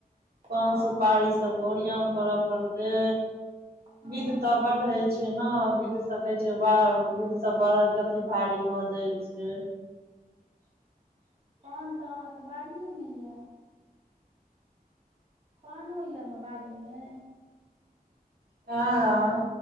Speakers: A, on the right; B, on the right.
A: पान
B: हँ
A: सुपारी सब ओरियान करअ परतै।
B: हँ
A: बिध तऽ बड्ड होय छैय न, बिध स कहय छैय बाउ बिध सब <unintelligible> भारी भ जाय छैय।
B: पान तऽ अहाँके बारीयेमे य। पानो य न बारीमे।
A: हॅं।